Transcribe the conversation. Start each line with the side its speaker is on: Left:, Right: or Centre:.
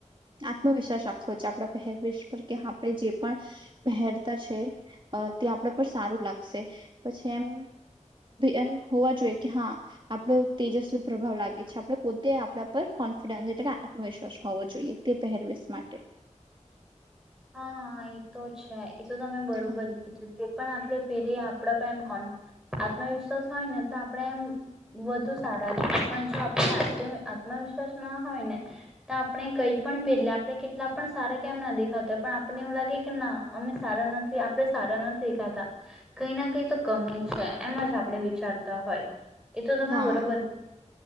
Right: આત્મવિશ્વાસ રાખવ છે આપડા પહેરવેશ પર કે આપડે જે પણ પહેરતા છે તે આપણા પર સારું લાગત પછી એમ એમ હોવા જોઈએ કે હા આપણો તેજસ્વી પ્રભાવ લાગે છે આપણે પોતે આપણા પર કોન્ફિડન્સ એટલે કે આત્મવિશ્વાસ હોવો જોઈએ તે પહેરવીશ માટે
Centre: હા હા એ તો છે. એ તો તમે બરોબર
Right: હા
Centre: કીધું. પણ આપણે પહેરી આપડા પણ એમ કો આત્મવિશ્વાસ હોય ને તો આપણેે એમ વધુ સારા દેખ પણ જો આપણે આત્મવિશ્વાસ ના હોય ને, તો આપણે કઈ પણ પહેરી આપણે કેટલા પણ સારા કેમ ના દેખાતા પણ આપને એવું લાગે કે ના અમે સારા નથી આપણે સારા નથી દેખાતા, કઈ ના કઈ તો કમી છે એમ જ આપણે વિચારતા હોય, એ તો તમે
Right: હા
Centre: બરોબર